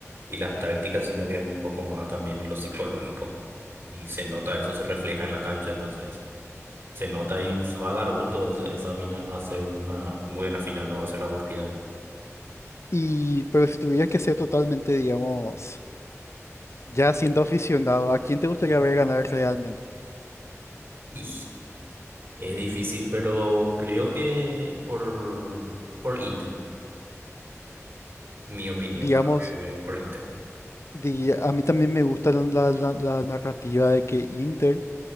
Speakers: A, on the right; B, on the left.
A: Y las tácticas, sino que un poco más también en lo psicológico. Y se nota, eso se refleja en la cancha, entonces. Se nota y va a dar gusto. Esa, esa final va a ser una muy buena final, no va a ser aburrida.
B: Y, pero si tuvieras que ser totalmente, digamos, ya siendo aficionado, ¿a quién te gustaría ver ganar realmente?
A: Y es difícil, pero creo que por, por Inter, mi opinión,
B: Digamos,
A: creo que eh, por Inter.
B: di- a mí también me gusta la, la la- la narrativa de que Inter